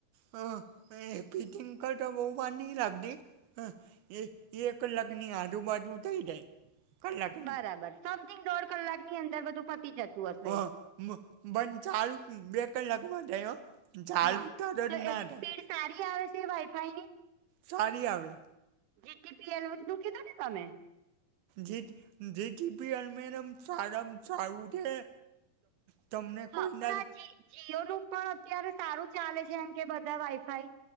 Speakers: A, on the right; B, on the right.
A: હ એ ફિટિંગ કરતાં બોવ વાર નહીં લાગતી. હ એ એક કલાકની આજુબાજુ થઈ જાય. કલાકની
B: બરાબર સમથિંગ દોઢ કલાકની અંદર બધું પતી જતું હશે
A: હ, પણ ચાલુ બે કલાકમાં થાય હો. ચાલુ
B: હા
A: તરત
B: તો
A: ના
B: એની
A: થાય
B: સ્પીડ સારી આવે છે વાઈફાઈની?
A: સારી આવે.
B: જીટીપીએલ વસ્તુ કીધું ને તમે.
A: જીટી જીટીપીએલ મેડમ સારમાં સારુ છે તમને
B: હા
A: કોઈ
B: પણ
A: ના
B: આ જ જીઓનું પણ અત્યારે સારું ચાલે છે એમ કે બધા વાઈફાઈ.